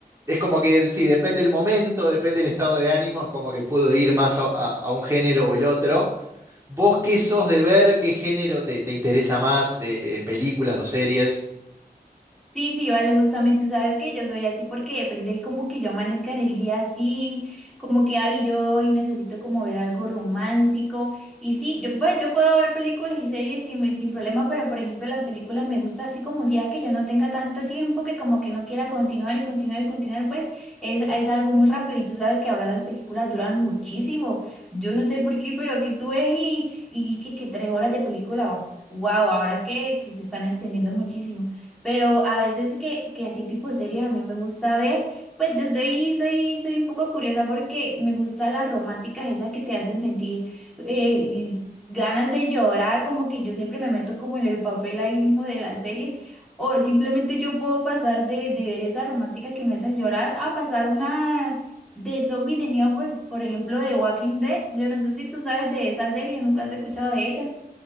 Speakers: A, on the right; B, in the centre.
A: es como que, sí, depende el momento, depende el estado de ánimo, es como que puedo ir más a, a- a un género o el otro. ¿Vos qué sos de ver? ¿Qué género te, te interesa más de, en películas o series?
B: Sí, sí, vale, justamente sabes que yo soy así porque depende como que yo amanezca en el día así, como que ay, yo hoy necesito como ver algo romántico y sí, yo, pues, yo puedo ver películas y series sin, sin problema, pero por ejemplo las películas me gusta así como un día que yo no tenga tanto tiempo que como que no quiera continuar y continuar y continuar, pues es, es algo muy rápido y tú sabes que ahora las películas duran muchísimo, yo no sé por qué, pero que tú ves y, y que, que tres horas de película, wow, ahora que, que se están extendiendo muchísimo. Pero a veces que, que así tipo series a mí me gusta ver, pues yo soy, soy, soy un poco curiosa porque me gustan las románticas, esas que te hacen sentir eh, ganas de llorar, como que yo siempre me meto como en el papel ahí mismo de las series, o simplemente yo puedo pasar de, de ver esa romántica que me hacen llorar a pasar una de zombie de miedo, por, por ejemplo, de Walking Dead. Yo no sé si tú sabes de esa serie, nunca has escuchado de ella.